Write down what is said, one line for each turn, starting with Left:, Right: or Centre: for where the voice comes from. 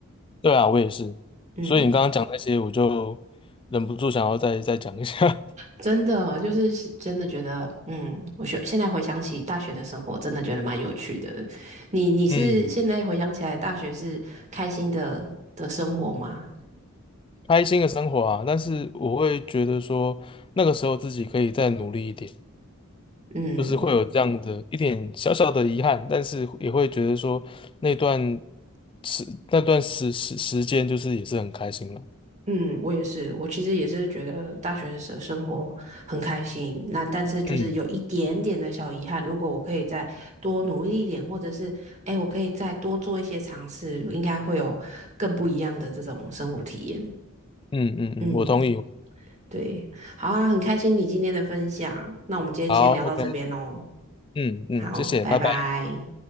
Left: 对啊，我也是。
Right: 嗯。
Left: 所以你刚刚讲那些，我就忍不住想要再再讲一下。
Right: 真的就是是真的觉得，嗯，我学现在回想起大学的生活，真的觉得蛮有趣的。你你是现在回想起来，
Left: <laughs> 嗯，
Right: 大学是开心的的生活吗？
Left: 开心的生活啊，但是我会觉得说，那个时候自己可以再努力一点。
Right: 嗯
Left: 就是会有这样的一点小小的遗憾，但是也会觉得说那段时那段时时时间就是也是很开心了。
Right: 嗯，我也是，我其实也是觉得大学的生生活很开心。那但是就是有一点点的小遗憾，
Left: 嗯
Right: 如果我可以再多努力一点，或者是哎，我可以再多做一些尝试，应该会有更不一样的这种生活体验。
Left: 嗯嗯嗯，
Right: 嗯。
Left: 我同意。
Right: 对，好啊，很开心你今天的分享，那我们今天先聊到这边哦，
Left: 好，OK，嗯嗯，
Right: 好，
Left: 谢谢，
Right: 拜拜。
Left: 拜拜。